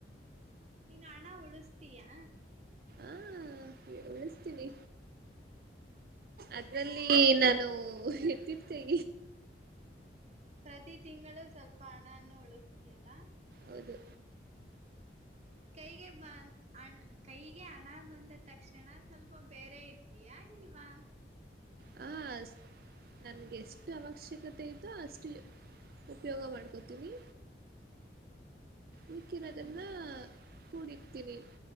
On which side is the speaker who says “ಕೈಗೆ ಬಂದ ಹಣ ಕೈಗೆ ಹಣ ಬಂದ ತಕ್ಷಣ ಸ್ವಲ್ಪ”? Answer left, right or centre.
Right